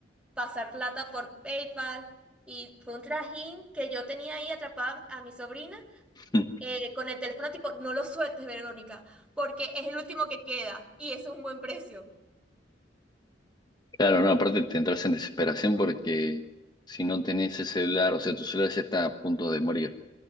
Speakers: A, in the centre; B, on the left.
A: pasar plata por PayPal. Y fue un trajín que yo tenía ahí atrapada a mi sobrina
B: <laughs>
A: eh, con el teléfono tipo, no lo sueltes, Verónica, porque es el último que queda y eso es un buen precio.
B: Claro, no, aparte te entras en desesperación porque si no tenés ese celular, o sea, tu celular ya está a punto de morir.